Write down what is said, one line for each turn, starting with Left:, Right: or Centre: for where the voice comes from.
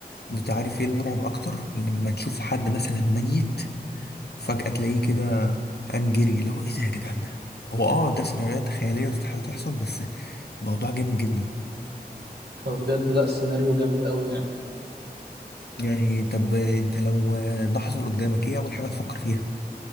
Left: انت عارف ايه المرعب اكتر لما تشوف حد مثلا ميت فجأة تلاقيه كده قام جري اللي هو ايه ده يا جدعان ده هو اه ده سيناريوهات خيالية واستحالة تحصل بس الموضوع جامد جدا
Right: هو بجد لا السيناريو جامد قوي يعني
Left: يعني طب انت لو ده حصل قدامك ايه اول حاجة تفكر فيها